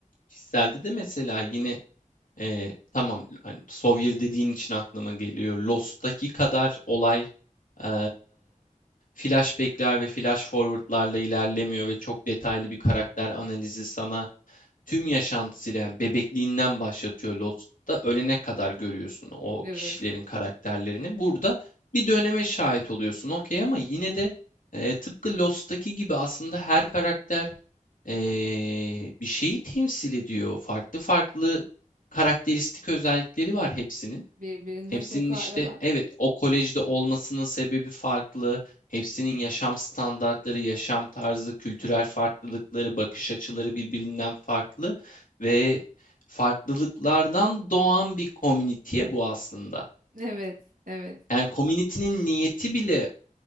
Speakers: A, on the left; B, on the right.
A: Kişiselde de mesela yine e, tamam hani Sawyer dediğin için aklıma geliyor. Lost'taki kadar olay e, flashback'ler ve flash forward'larla ilerlemiyor ve çok detaylı bir karakter analizi sana tüm yaşantısıyla yani bebekliğinden başlatıyor Lost'ta ölene kadar görüyorsun o
B: Evet.
A: kişilerin karakterlerini. Burada bir döneme şahit oluyorsun okey ama yine de e, tıpkı Lost'taki gibi aslında her karakter e, bir şeyi temsil ediyor. Farklı farklı karakteristik özellikleri var hepsinin.
B: Birbirinden
A: Hepsinin
B: çok ayrılar.
A: işte evet o kolejde olmasının sebebi farklı. Hepsinin yaşam standartları, yaşam tarzı, kültürel farklılıkları, bakış açıları birbirinden farklı ve farklılıklardan doğan bir komüniteye bu aslında.
B: Evet, evet.
A: Yani komünitenin niyeti bile